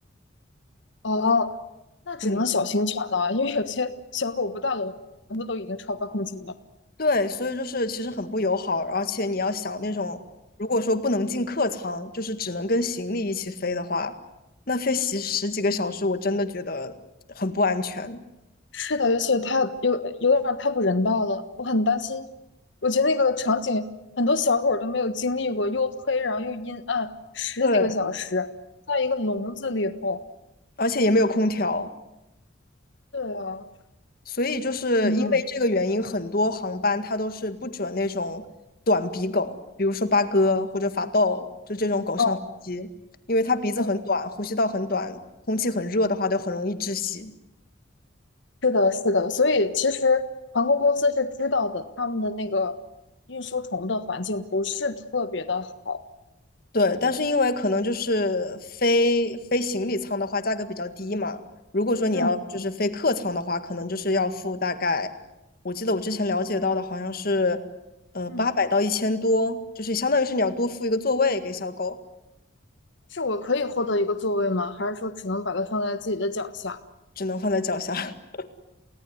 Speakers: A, on the left; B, on the left.
A: 哦，那只能小型犬了，
B: 嗯，
A: 因为有些小狗不大笼子都已经超八公斤了。
B: 对，所以就是其实很不友好，而且你要想那种如果说不能进客舱，就是只能跟行李一起飞的话，那飞十十几个小时，我真的觉得很不安全。
A: 是的，而且太有有点儿太不人道了，我很担心。我觉得那个场景，很多小狗儿都没有经历过，又黑，然后又阴暗，十几个小时在一个笼子里头。
B: 对，而且也没有空调。
A: 对啊，
B: 所以就是因为这个原因，
A: 嗯，
B: 很多航班它都是不准那种短鼻狗，比如说八哥或者法斗，就这种狗上飞机，
A: 哦，
B: 因为它鼻子很短，
A: 哦，
B: 呼吸道很短，空气很热的话，都很容易窒息。
A: 是的，是的。所以其实航空公司是知道的，他们的那个运输宠物的环境不是特别的好。
B: 对，但是因为可能就是飞飞行李舱的话，价格比较低嘛。如果说你要就是飞客舱的话，
A: 嗯
B: 可能就是要付大概，我记得我之前了解到的好像是，
A: 嗯
B: 呃，
A: 嗯，
B: 八百到一千多，就是相当于是你要多付一个座位给小狗。
A: 是我可以获得一个座位吗？还是说只能把它放在自己的脚下？
B: 只能放在脚下。<laughs>